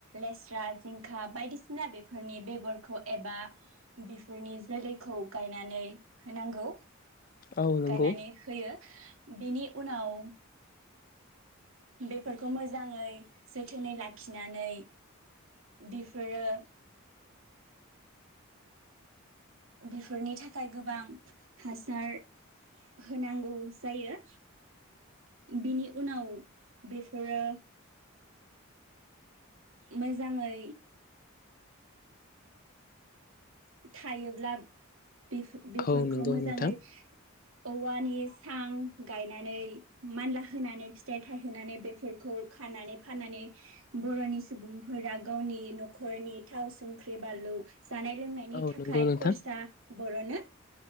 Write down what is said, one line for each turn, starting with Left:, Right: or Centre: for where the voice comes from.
Right: लेस्रा, जिंखा बायदिसिना बेफोरनि बेगरखौ एबा बिफोरनि जोलैखौ गायनानै होनांगौ।
Left: औ नोंगौ।
Right: गायनानै होयो बेनि उनाव बेफोरखौ मोजाङै जोथोनै लाखिनानै बिफोरो बिफोरनि थाखाय गोबां हासार होनांगौ जायो। बिनि उनाव बेफोरो मोजाङै थायोब्लाब बेफो बेफोरखौ
Left: औ नंगौ
Right: मोजाङै
Left: नोंथां
Right: औवानि सां गायनानै मानला होनानै फिथाइ थायहोनानै बेफोरखौ खानानै फाननानै बर'नि सुबुंफोरा गावनि न'खरनि थाव संख्रि बानलु जानाय लों नि
Left: औ
Right: थाखाय
Left: नंगौ नोंथां।
Right: खरसा बरनो